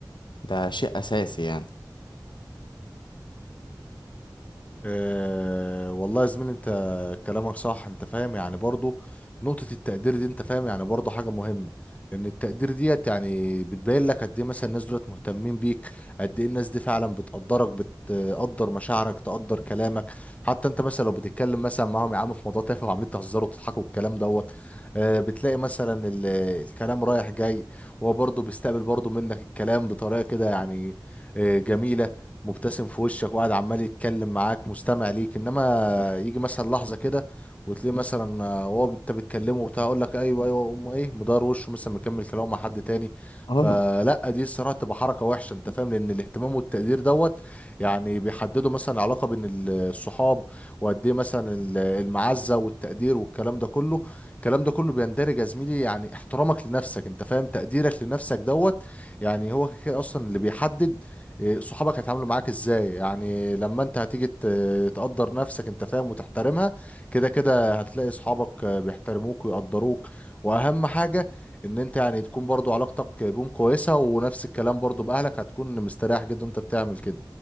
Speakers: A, on the left; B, on the left.
A: ده شيء أساسي يعني
B: أه والله يا زميلي انت كلامك صح انت فاهم يعني برضو نقطة التقدير دي انت فاهم يعني برضو حاجة مهمة لان التقدير ديت يعني بتبين لك قد ايه مثلا الناس دولت مهتمين بيك قد ايه الناس دي فعلا بتقدرك بتقدر مشاعرك تقدر كلامك حتى انت مثلا لو بتتكلم مثلا معاهم يا عم في موضوع تافه وعمالين تهزروا وتضحكوا والكلام دوت أه بتلاقي مثلا ال- الكلام رايح جاي وهو برضو بيستقبل برضو منك الكلام بطريقة كده يعني أه جميلة مبتسم في وشك وقاعد عمال يتكلم معاك مستمع ليك انما يجي مثلا لحظه كده وتلاقيه مثلا آه، هو انت بتكلمه وبتاع يقول لك ايوه ايوه وأقوم ايه مدار وشه مثلا مكمل كلامه مع حد تاني
A: اه
B: فلا دي الصراحه تبقى حركه وحشه انت فاهم لان الاهتمام والتقدير دوت يعني بيحددوا مثلا علاقه بين الصحاب وقد ايه مثلا ال- المعزه والتقدير والكلام ده كله
A: كله.
B: الكلام ده كله بيندرج يا زميلي يعني احترامك لنفسك انت فاهم تقديرك لنفسك دوت يعني هو كده اصلا اللي بيحدد إيه، صحابك هيتعاملوا معاك ازاي يعني لما انت هتيجي ت- تقدر نفسك انت فاهم وتحترمها كده كده هتلاقي صحابك آه، بيحترموك ويقدروك واهم حاجة ان انت يعني تكون برضو علاقتك بيهم كويسة ونفس الكلام برضو باهلك هتكون مستريح جدا انت بتعمل كده